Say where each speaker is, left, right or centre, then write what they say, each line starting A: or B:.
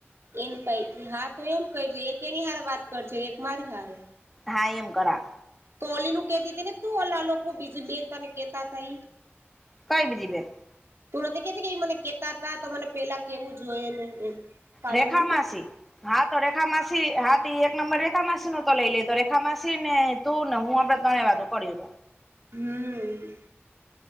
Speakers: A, on the right; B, in the centre.
A: એની પાહેથી હા એમ કરજે એક એની હારે વાત કરજો એક મારી હારે
B: હાય એમ કરા
A: તો ઓલી નું કેતી તી ને તું ઓલા લોકો બીજી બેન તમે કેતાતા ઈ
B: <unintelligible>
A: તું નથી કેતી કે મને કેતા તા તા તો મને પેલા કેવું જોઈએ ને એમ કાલે
B: રેખા
A: નથી
B: માસી
A: કેતી
B: હા તો રેખા મા સી હાતી એક નંબર રેખા માસી નો તો લઈ લેતો રેખા માસી ને તું ને હું આપડે ત્રણે વાતુ કરીશુ
A: હમ.